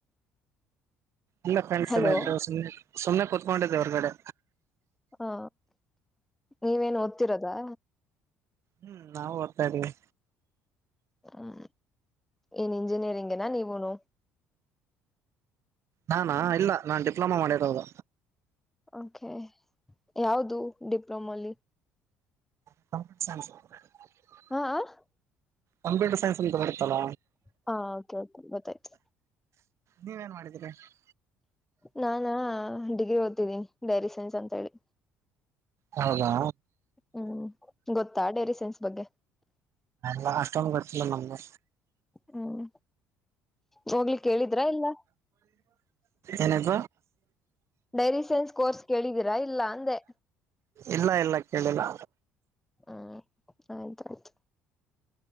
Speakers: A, on the right; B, in the centre.
A: ಇಲ್ಲ ಫ್ರೆಂಡ್ಸ್
B: ಹಲೋ
A: ಎಲ್ಲ ಇದ್ರು ಸುಮ್ಮನೆ ಸುಮ್ಮ್ನೆ ಕುೂತ್ಕೊಂಡಿದ್ದೆ ಅವ್ರಗಡೆ
B: ಹಾ ನೀವೇನು ಓದ್ತಿರದಾ
A: ಹ್ಮ್ ನಾವವು ಓರ್ತಾ ಇದ್ದೀವಿ
B: ಹ್ಮ್ ಏನ್ ಇಂಜಿನಿಯರಿಂಗ್ ನಾ ನೀವುನು
A: ನಾಾನಾ ಇಲ್ಲ ನಾು ಡಿಪ್ಲೊಮ ಮಾಡಿರದು
B: ಓಕೆ ಯಾವದು ಡಿಪ್ಲೊಮಲ್ಲಿ
A: ಹ
B: ಹಾ <unintelligible>
A: ಕಂಪ್ಯೂಟರ್ ಸೈನ್ಸ್ ಅಂತ ಬರುತ್ತಲ್ಲ
B: ಹಾ ಓಕೆ ಓಕೆ ಗೊತ್ತಾಯ್ತು
A: ನೀವ ನ್ ಮಾಡಿದೀರಿ <unintelligible>
B: ನಾನ ಡಿಗ್ರಿ ಓದ್ತಿದ್ದೀನಿ ಡೈರಿ ಸೈನ್ಸ್ ಅಂತ ಹೇಳಿ
A: ಹೌದಾ
B: ಹ್ಮ್ ಗೊತ್ತಾ ಡೇರಿ ಸೈನ್ಸ್ ಬಗ್ಗೆ
A: ಹ ಅಷ್ಟೊಂದು ಗೊತ್ತಿಲ್ಲ ನಮಗೂ
B: ಹ್ಮ್ ಹೋಗ್ಲಿೇಳಿದ್ರಾ ಇಲ್ಲ
A: ಎನಕ
B: ಮೇರಿ ಸೈನ್ಸ್ ಕೋರ್ಸ್ ಕೇಳಿದೀರಾ ಇಲ್ಲ ಅಂದೆ
A: ಇಲ್ಲ ಇಲ್ಲ ಕೇಳಿಲ್ಲ
B: ಹ್ಮ್ ಆಯ್ತಾಯ್ತು